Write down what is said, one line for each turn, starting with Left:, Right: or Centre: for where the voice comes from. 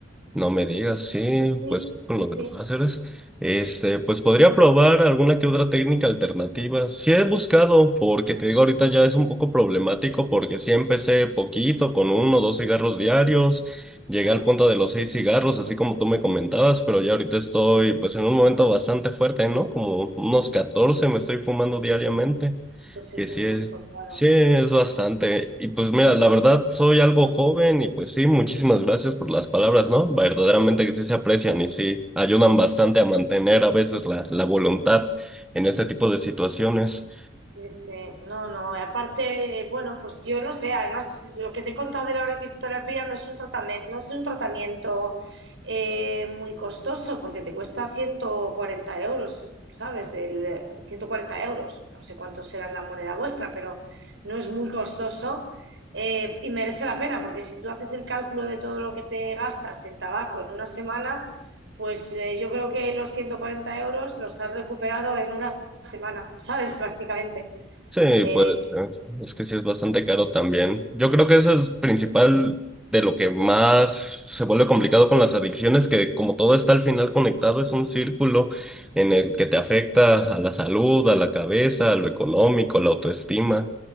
Centre: No me digas, sí,
Right: Sí,
Centre: pues
Right: sí,
Centre: con lo
Right: sí,
Centre: de los láseres. Este, pues podría probar alguna que otra técnica alternativa. Sí he buscado, porque te digo, ahorita ya es un poco problemático, porque sí empecé poquito, con uno o dos cigarros diarios. Llegué
Right: claro.
Centre: al punto de los seis cigarros, así como tú me comentabas, pero ya ahorita estoy, pues en un momento bastante fuerte, ¿no? Como unos 14 me estoy fumando diariamente.
Right: Pues eso
Centre: Que sí
Right: es mucho,
Centre: es,
Right: claro.
Centre: sí es bastante. Y pues mira, la verdad soy algo joven y pues sí, muchísimas gracias por las palabras, ¿no? Verdaderamente
Right: Sí,
Centre: que sí se aprecian y sí ayudan bastante a mantener a veces la, la voluntad en este tipo de situaciones.
Right: sí. sí. No, no. Aparte, bueno, pues yo no sé. Además, lo que te he contado de la auriculoterapia no es un tratamiento, no es un tratamiento eh, muy costoso porque te cuesta 140 euros, ¿sabes? El, eh, 140 euros. No sé cuánto será en la moneda vuestra, pero no es muy costoso eh, y merece la pena porque si tú haces el cálculo de todo lo que te gastas en tabaco en una semana, pues eh, yo creo que los 140 euros los has recuperado en una semana, ¿sabes? <laughs> Prácticamente.
Centre: Sí,
Right: Eh,
Centre: puede ser. Es que sí es bastante caro también. Yo creo que eso es principal de lo que más se vuelve complicado con las adicciones, que como todo está al final conectado, es un círculo en el que te afecta a la salud, a la cabeza, a lo económico, a la autoestima.